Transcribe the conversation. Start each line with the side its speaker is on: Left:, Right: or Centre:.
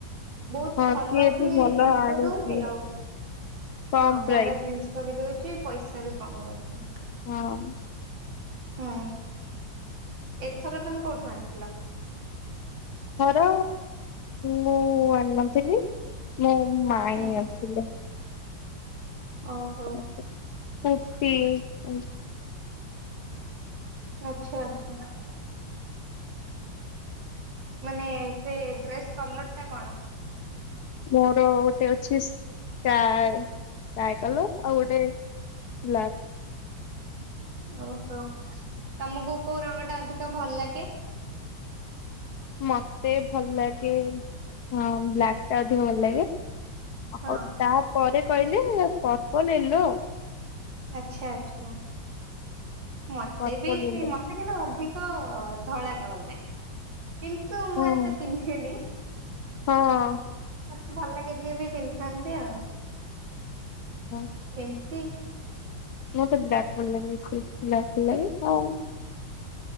Right: ବହୁତ
Left: ହଁ
Right: ଭଲ
Left: ସିଏ
Right: ବି
Left: ଭଲ
Right: ଜିନିଷ
Left: ଆଣୁଛି
Right: ଦଉଛି ଆଉ।
Left: କମ୍
Right: ହଁ
Left: ପ୍ରାଇସ୍।
Right: ଭଲ ଜିନିଷ ବି ଦଉଛି ପଇସା ବି କମ ନଉଛି।
Left: ହଁ।
Right: ହୁଁ ଏଥର ତମେ କୋଉଠୁ ଆଣିଥିଲ?
Left: ମୋର ମୁଁ ଆଣିନଥିଲି ମୋ ମାଇଁ
Right: ହୁଁ
Left: ଆଣିଥିଲେ ଥିଲେ।
Right: ଓହୋ
Left: <unintelligible>
Right: ଆଚ୍ଛା ଆଚ୍ଛା। ମାନେ ସେ ଡ୍ରେସ୍ କଲର ଟା କଣ?
Left: ମୋର ଗୋଟେ ଅଛି ସ୍କାଏ ସ୍କାଏ କଲର ଆଉ ଗୋଟେ ବ୍ଲାକ।
Right: ଓହୋ ତମକୁ କୋଉ ରଙ୍ଗ ଟା ଅଧିକ ଭଲ ଲାଗେ?
Left: ମତେ ଭଲ ଲାଗେ ହଁ ବ୍ଲାକ୍ ଟା ଅଧିକ ଭଲ ଲାଗେ। ହଉ
Right: ହଁ
Left: ତାପରେ କହିଲେ ପର୍ପଲ୍, ୟେଲୋ ଆଉ।
Right: ଆଛା ଆଛା ମତେ
Left: ପର୍ପଲ
Right: ବି ସେଇ
Left: ୟେଲୋ
Right: ମତେ କିନ୍ତୁ ଅଧିକ ଧଳାଟା ଭଲ ଲାଗେ କିନ୍ତୁ
Left: ହଁ।
Right: ମୁଁ ଏତେ ପିନ୍ଧେନି।
Left: ହଁ।
Right: ମତେ ଭଲ ଲାଗେ ଯିଏ ବି ପିନ୍ଧିଥାନ୍ତି ଆଉ।
Left: ହଁ।
Right: ଏମିତି।
Left: ମୁଁ ତ ବ୍ଲାକ ଭଲ ଲାଗେ ବେଶି ବ୍ଲାକ ଭଲ ଲାଗେ ଆଉ,